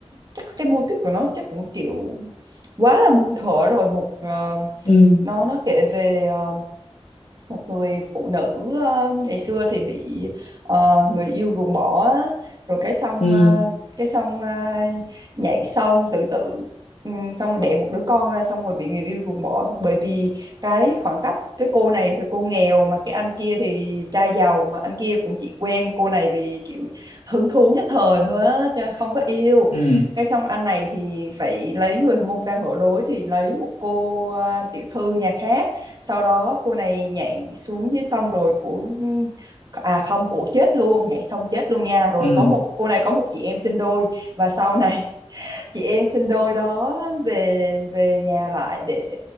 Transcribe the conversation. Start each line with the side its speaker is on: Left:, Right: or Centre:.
Right: chắc cái mô típ của nó chắc cũng kiểu quá là muôn thuở rồi một ờ,
Left: ừ
Right: nó nó kể về ờ, một người phụ nữ ờ, ngày xưa thì bị ờ, người yêu ruồng bỏ á. rồi cái xong
Left: ừ
Right: ờ, cái xong ờ, nhảy xong tự tử ừm, xong rồi đẻ một đứa con ra xong rồi bị người yêu ruồng bỏ bởi vì cái khoảng cách cái cô này thì cô nghèo mà cái anh kia thì trai giàu mà anh kia cũng chỉ quen cô này vì kiểu hứng thú nhất thời thôi á chứ không có yêu
Left: ừ
Right: cái xong anh này thì phải lấy người hormone đang ở đối thì lấy một cô ờ, tiểu thư nhà khác sau đó cô này nhảy xuống dưới sông rồi của à không cổ chết luôn nhảy xong chết luôn nha rồi
Left: ừ
Right: có một cô này có một chị em sinh đôi và sau này <laughs> chị em sinh đôi đó về về nhà lại để